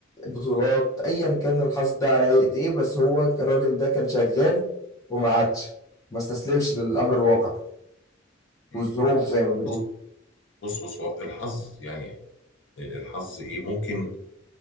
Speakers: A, on the left (about 15°); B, on the left (about 65°).
A: بطولات ايا كان الحظ ده على هيئة ايه بس هو الراجل ده كان شغال وما عادش ما استسلمش للامر الواقع
B: م.
A: والظروف زي ما بيقول
B: بص بص بص هو الحظ يعني آه، الحظ ايه ممكن